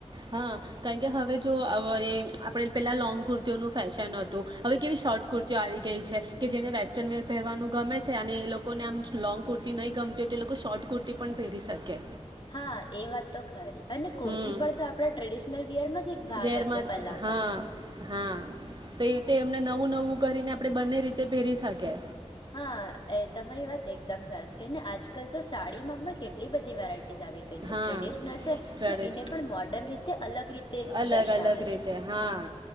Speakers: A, on the right; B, on the left.
A: હા કારણ કે હવે જો એ આપણે પહેલાં લોંગ કુર્તીઓનું ફેશન હતું, હવે કેવી શોર્ટ કુર્તીઓ આવી ગઈ છે કે જેને વેસ્ટર્ન વેર પહેરવાનું ગમે છે, અને એ લોકોને આમ લોંગ કુર્તી નહીં ગમતી હોય તો એ લોકો શોર્ટ કુર્તી પણ પહેરી શકે.
B: હા એ વાત તો ખરી, અને કુર્તી
A: હમ
B: પર તો આપણા ટ્રેડિશનલ વયરનોો જ એક ભાગ
A: વેરમાં
B: હતો પહેલા
A: જ હા
B: પણ
A: હા તો એ રીતે એમને નવું નવું કરીને આપડણે બંને રીતે પહેરી શકીએ.
B: હા એ તમારી વાત એકદમ સરસ કને આજકાલ તો સાડીમાં પણ કેટલી બધી વેરાયટી. આવીડિશનલ
A: હા
B: છે,
A: ચડે
B: પણ એને
A: છે
B: પણ મો અલગ રીતે
A: અલગ
B: દર્શાવાય
A: અલગ રીતે
B: છે
A: હા,